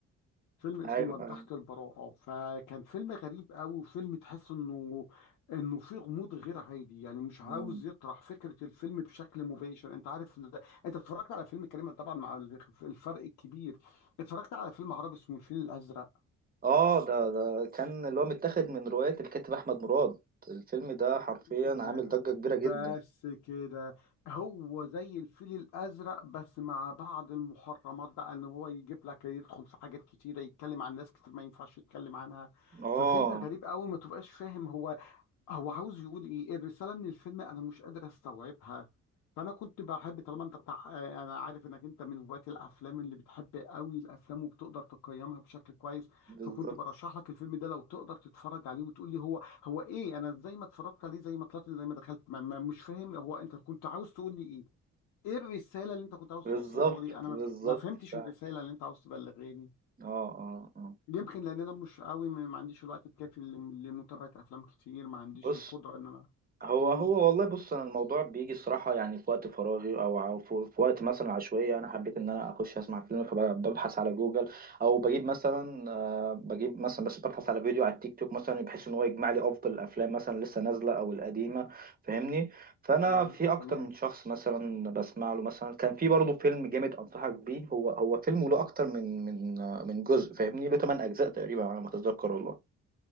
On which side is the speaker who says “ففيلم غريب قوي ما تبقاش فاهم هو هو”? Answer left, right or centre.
Left